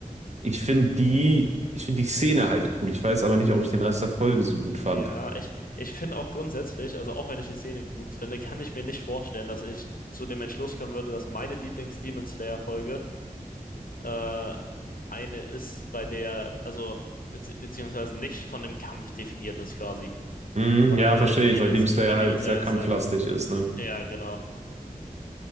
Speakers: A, on the right (about 50°); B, on the left (about 70°).
A: Ich finde die, ich finde die Szene halt cool. Ich weiß aber nicht, ob ich den Rest der Folge so gut
B: Ja,
A: fand.
B: ich, ich finde auch grundsätzlich, also auch wenn ich die Szene gut finde, kann ich mir nicht vorstellen, dass ich zu dem Entschluss kommen würde, dass meine Lieblings-Demon Slayer-Folge äh, eine ist, bei der, also bezieh- beziehungsweise nicht von dem Kampf definiert ist quasi.
A: Hm,
B: Weil
A: ja, verstehe
B: Demons,
A: ich, weil Demon Slayer
B: bei
A: halt
B: Demon Slayer
A: sehr kampflastig
B: ist halt,
A: ist, ne?
B: ja, genau.